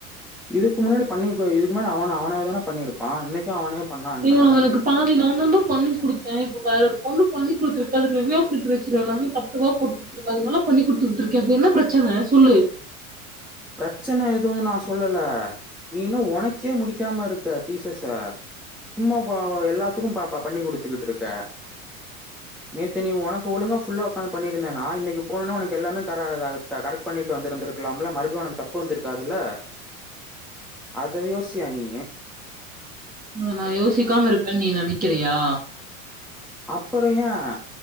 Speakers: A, in the centre; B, on the right.
A: இதுக்கு முன்னாடி பண்ணிருக்கோ இதுக்கு முன்னாடி அவ அவனேதான பண்ணிருப்பா இன்னைக்கு அவனே பண்ணான்னா?
B: ஏய் உனக்கு பாதினா அதனாலதா பண்ணி குடுத்தே இப்ப வேற ஒரு பொண்ணு பண்ணி குடுத்துருக்கா அது ரிவ்யூ ஆஃப் த லிட்ரேச்சர் எல்லாமே தப்பு தப்பா போட்டு குடுத்துருக்கா அதனால பண்ணி குடுத்துட்டு இருக்கே இப்ப என்ன பிரச்சனை சொல்லு
A: பிரச்சனை எதுவும்மே நான் சொல்லல நீ இன்னும் உனக்கே முடிக்காம இருக்க தீசஸ்ச சும்மா எல்லாத்துக்கும் பா பண்ணி குடுக்கிட்டு இருக்க நேத்து நீ உனக்கு ஒழுங்கா ஃபுல்லா உக்காந்து பண்ணிருந்தோ இன்னைக்கு போனோனே உனக்கு எல்லாமே கரெக்ட் பண்ணிட்டு வந்தந்திருக்கலாம்முல மறுபடிய உனக்கு தப்பு வந்திருக்காதுல்ல அத யோசியா நீ
B: அத நான் யோசிக்காம இருப்பேன்னு நீ நினைக்கிறியா
A: அப்புறம் ஏன்